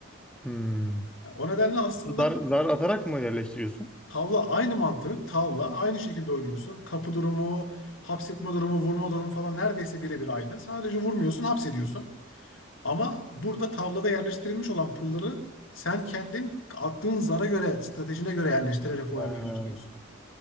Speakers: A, in the centre; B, on the left (about 75°).
A: Hmm.
B: Yani o nedenle aslında
A: Zar, zar atarak mı yerleştiriyorsun?
B: tavla aynı mantık. Tavla aynı şekilde oynuyorsun. Kapı durumu, hapsetme durumu, vurma durumu falan neredeyse birebir aynı. Sadece vurmuyorsun, hapsediyorsun. Ama burada tavlada yerleştirilmiş olan pulları sen kendin attığın zara göre, stratejine göre yerleştirerek oynamaya
A: Ha.
B: başlıyorsun.